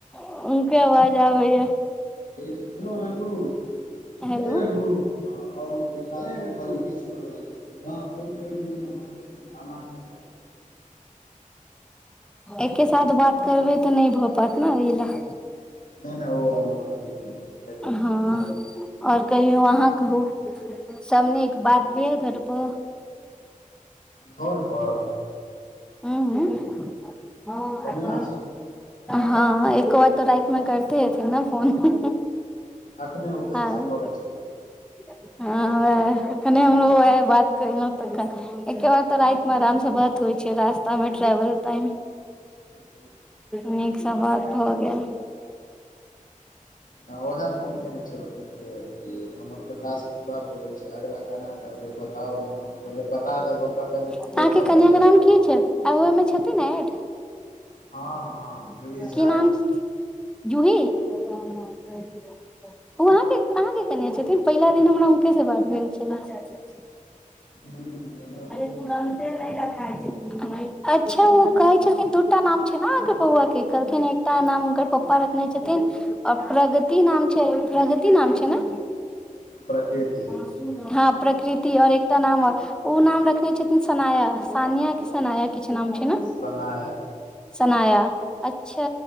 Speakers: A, in the centre; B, on the left.
A: उनके आवाज आबैया
B: सुनो रघु,
A: हेलो
B: ए रघु, हँ और। <unintelligible>
A: एके साथ बात करबै तऽ नै भऽ पेत ना उहीला।
B: नै-नै ओ आब उम्हर घुइम गेलखिन।
A: हँ और कहियौ अहाँ कहु सब नीक बात। बेल घट पो
B: घर पर
A: उंह हूं
B: कनिया
A: हँ एक्को बाद तऽ रै में करतै हेथिन नऽ फोन।
B: अखने ओकरे
A: हँ
B: सँ करै छेलया।
A: हँ वएह अखने हमरो वएह बात कैहलौं। तखन एक्के बार तऽ राइत में आराम स बात होइ छै रास्ता में ट्रेवल टाइम।
B: ह
A: नीकसँ बात भऽ गेल।
B: हँ ओएहे फोन केने छेलखिन जे ई हमर त टास्क पूरा भऽ गेल छै अगिला केना करबै बताउ न हम कहलियै बता देब हमरा पहिले
A: अहाँके
B: देखऽ
A: कनिया
B: तऽ दिअ।
A: के नाम की छै आ ओहि में छथिन ने एड।
B: हँ हँ जूही झा
A: की नाम जूही ओ अहाँके अहाँके केने छेथिन। पहिला दिन हमरा हुनके से बात भेल छेला अच्छा अच्छा।
B: हूं
A: अरे तुरन्ते नै रखाइ छै गै माई। अच्छा उ कहै छलखिन दुटा नाम छै ने अहाँ के बौआ के कहलखिन एकटा नाम हुनकर पप्पा रखने छथिन। आ प्रगति नाम छै प्रगति नाम छै न
B: प्रकृति
A: सुधाप। प्रकृति और एकटा नाम ओ नाम रखने छथिन सनाया सानिया कि सनाया। किछ नाम छै न
B: सना
A: सनाया। अच्छा